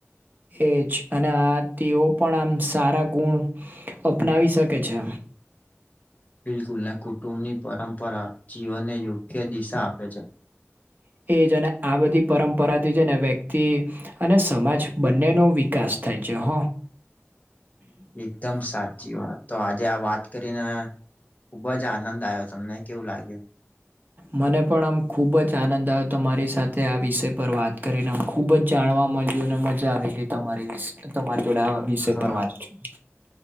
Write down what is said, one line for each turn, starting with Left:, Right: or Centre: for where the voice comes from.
Right: એજ અને આ તેઓ પણ આમ સારા ગુણ. અપનાવી શકે છે.
Left: બિલકુલ ને કુટુંબની પરંપરા જીવનને યોગ્ય દિશા આપે છે.
Right: એજને આ બધી પરંપરાથી છે ને વ્યક્તિ. અને સમાજ બંનેનો વિકાસ થાય છે હ.
Left: એકદમ સાચી વાત. તો આજે આ વાત કરીને ખુબ જ આનંદ આવ્યો તમને કેવું લાગ્યું.
Right: મને પણ આમ ખુબ જ આનંદ આવ્યો હતો મારી સાથે આ વિષય પર વાત કરીને. ખુબ જ જાણવા મળ્યું અને મજા આવે છે તમારી વિ તમારી જોડે આ વિષય
Left: હા
Right: પર વાત કરી.